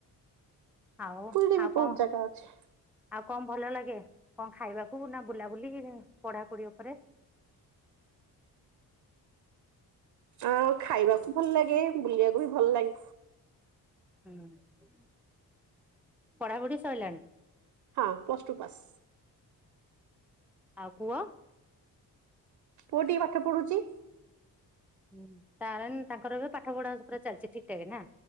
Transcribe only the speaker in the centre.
ଆଉ
କଣ
ଆଉ କଣ ଭଲ ଲାଗେ କଣ ଖାଇବାକୁ, ନା ବୁଲାବୁଲି, ପଢାପଢି ଉପରେ?
ହୁଁ ପଢାପଢି ସରିଲାଣି?
ଆଉ ପୁଅ?
ହୁଁ କାରଣ ତାଙ୍କର ଏବେ ପାଠପଢା ପୁରା ଚାଲଚି ଠିକଠାକ ନା?